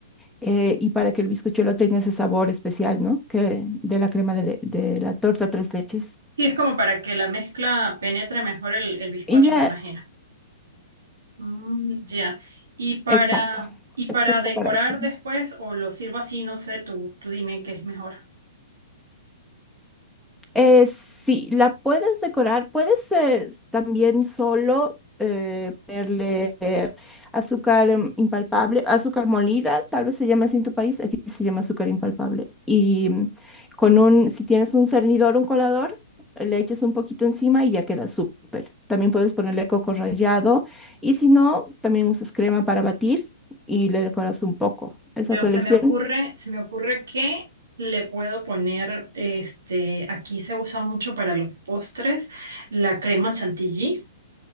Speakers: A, in the centre; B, on the right.
A: eh, y para que el bizcochuelo tenga ese sabor especial, ¿no? Que de la crema de, le- de la torta tres leches.
B: Sí, es como para que la mezcla penetre mejor el, el bizcocho,
A: Y de,
B: me imagino. Mm, ya. Y para,
A: exacto,
B: y
A: es
B: para
A: justo
B: decorar
A: para eso.
B: después, o lo sirvo así, no sé, tú, tú dime qué es mejor.
A: Eh, sí, la puedes decorar, puedes eh, también solo eh, ponerle eh, azúcar em, impalpable, azúcar molida, tal vez se llama así en tu país, aquí se llama azúcar impalpable. Y mm, con un, si tienes un cernidor, un colador, le echas un poquito encima y ya queda súper. También puedes ponerle coco rallado y si no, también usas crema para batir y le decoras un poco. Esa
B: Yo
A: es a tu
B: se
A: elección.
B: me ocurre, se me ocurre que le puedo poner, este, aquí se usa mucho para los postres, la crema chantilly.